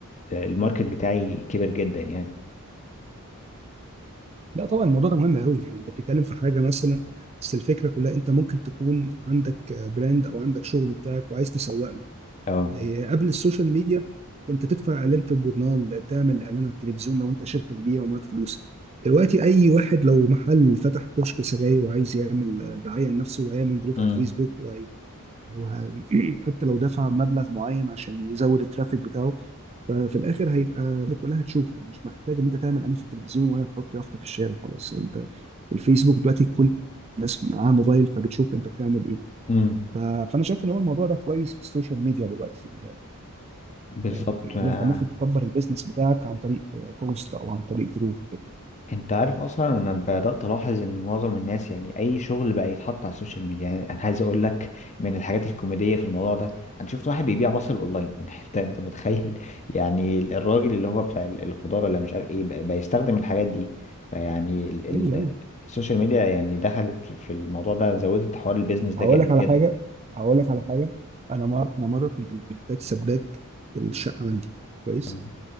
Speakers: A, on the left; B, on the right.
A: الماركت بتاعي كبر جدا يعني
B: لا طبعا الموضوع ده مهم قوي يعني انت بتتكلم في حاجه مثلا بس الفكره كلها انت ممكن تكون عندك براند او عندك شغل بتاعك وعايز تسوق له
A: اه
B: إيه، قبل السوشيال ميديا كنت تدفع اعلان في الجورنال تعمل اعلان على التلفزيون لو انت شركه كبيره ومعاك فلوس دلوقتي اي واحد لو محل فتح كشك سجاير وعايز يعمل دعايه لنفسه وهيعمل جروب
A: امم
B: على الفيسبوك وهي... وه... <clears throat> حتى لو دفع مبلغ معين عشان يزود الترافيك بتاعه ففي الاخر هيبقى الناس كلها هتشوفه مش محتاج ان انت تعمل اعلان في التلفزيون ولا تحط يافطه في الشارع خلاص انت الفيسبوك دلوقتي كل الناس معاها موبايل فبتشوف انت بتعمل ايه
A: امم
B: ف- فانا شايف ان هو الموضوع ده كويس في السوشيال ميديا دلوقتي في ال-
A: بالظبط
B: آه،
A: آه.
B: اللي انت ممكن تكبر البيزنس بتاعك عن طريق آه، بوست او عن طريق جروب وكده
A: انت عارف اصلا انا بدات الاحظ ان معظم الناس يعني اي شغل بقى يتحط على السوشيال ميديا يعني انا عايز اقول لك من الحاجات الكوميديه في الموضوع ده انا شفت واحد بيبيع بصل اونلاين <laughs> انت انت متخيل يعني الراجل اللي هو بتاع ال- الخضار ولا مش عارف ايه بقى بيستخدم الحاجات دي فيعني ال-
B: ايوه
A: ال-
B: ايوه
A: السوشيال ميديا يعني دخلت في في الموضوع ده زودت حوار البيزنس ده
B: هقول
A: جامد
B: لك على
A: جدا
B: حاجه هقول لك على حاجه انا مر... انا مره كنت محتاج سباك في الشقه عندي كويس
A: تمام